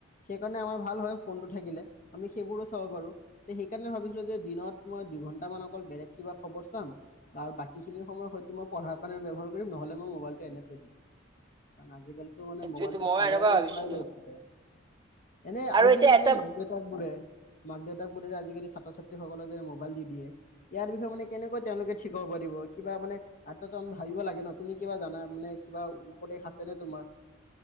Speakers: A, on the left; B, on the right.
A: সেই কাৰণে আমাৰ ভাল হয় ফোনটো থাকিলে আমি সেইবোৰো চাব পাৰোঁ, তে সেইকাৰণে ভাবিছিলো যে দিনত মই দুইঘণ্টামান অকল বেলেগ কিবা খবৰ চাম, বা বাকী খিন সময় হয়তো মই পঢ়াৰ কাৰণে ব্যৱহাৰ কৰিম নহ'লে মই মোবাইলটো এনেই থৈ দিম, কাৰণ আজ টো মানে
B: সেইটোয়েতো
A: মোবাইলটো
B: মই
A: চালে
B: এনেকুৱা
A: আৰু
B: ভাবিছিলো
A: চলাই গৈ থাকে। এনে
B: আৰু
A: আজিকালি
B: এতিয়া এটা
A: যে মাক-দেউতাক বোৰে মাক দেউতাক বোৰে যে আজিকালি ছাত্ৰ ছাত্ৰী সকলে যে মোবাইল দি দিয়ে ইয়াৰ বিষয়ে মানে কেনেকৈ তেওঁলোকে ঠিক হ'ব পাৰিব। কিবা মানে এটা ত ভাবিব লাগে ন তুমি কিবা জানা মানে কিবা উপদেশ আছে নে তোমাৰ